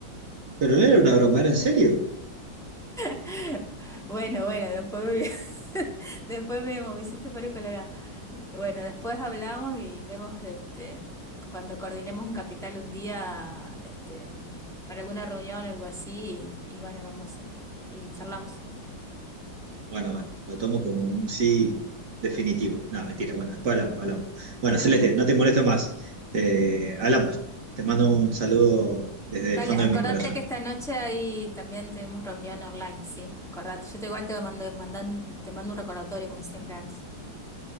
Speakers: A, on the right; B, in the centre.
A: Pero no era una broma, ¿era en serio?
B: <laughs> Bueno, bueno, después me, <laughs> después vemos, me hiciste poner colorada. Bueno, después hablamos y vemos este, cuando coordinemos un capital un día, este, para alguna reunión o algo así, y, y bueno, vamos a, y charlamos.
A: Bueno, bueno, lo tomo como un sí definitivo. No, mentira, bueno, después hablamos, hablamos. Bueno,
B: <laughs>
A: Celeste, no te molesto más. Eh, hablamos. Te mando un saludo desde
B: Dale,
A: el fondo
B: acordate
A: de mi corazón.
B: que esta noche ahí también tenemos reunión online, sí, acordate. Yo te igual te mando, mandan- te mando un recordatorio como siempre antes.